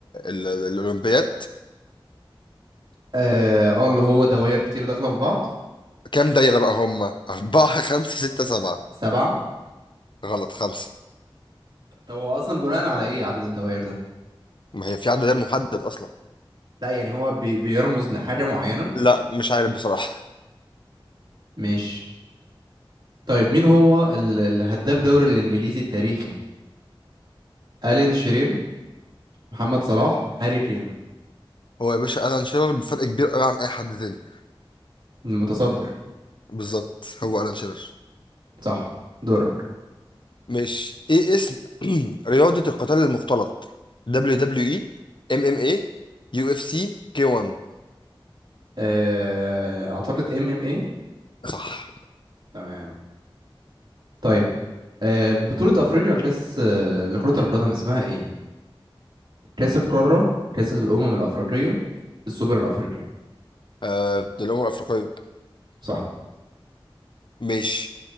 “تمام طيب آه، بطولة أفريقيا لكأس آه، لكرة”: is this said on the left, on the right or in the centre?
Right